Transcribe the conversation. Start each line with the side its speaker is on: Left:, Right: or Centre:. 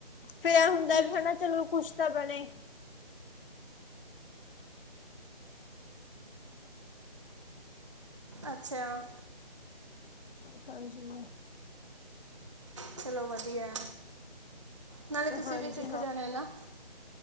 Left: ਫੇਰ ਇਹ ਹੁੰਦਾ
Right: ਕੀ
Left: ਹਨਾ ਚਲੋ ਕੁੱਛ ਤਾਂ ਬਣੇ
Right: ਅੱਛਾ
Left: ਸਹੀ ਜੀ।
Right: ਚਲੋ ਵਧੀਆ ਐ। ਨਾਲੇ ਤੁਸੀਂ
Left: ਹਾਂਜੀ
Right: ਵੀ ਸਿੱਖ ਜਾਣਾ ਨਾ